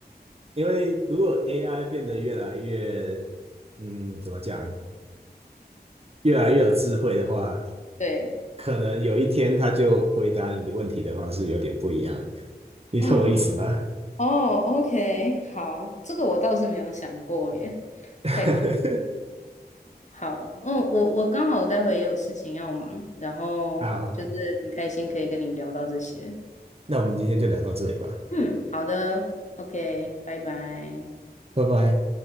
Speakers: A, on the right; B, on the left.
A: 因为如果 AI 变得越来越，嗯，怎么讲，越来越有智慧的话，
B: 对
A: 可能有一天它就回答你问题的方式有点不一样，你懂我意思吗？
B: 啊，哦，OK，好，这个我倒是没有想过耶，
A: <laughs>
B: 太酷。好，嗯，我我刚好待会也有事情要忙，然后就是很开心可以跟你聊到这些。
A: 好好好那我们今天就聊到这里吧，
B: 嗯，好的，OK，拜拜。
A: 拜拜。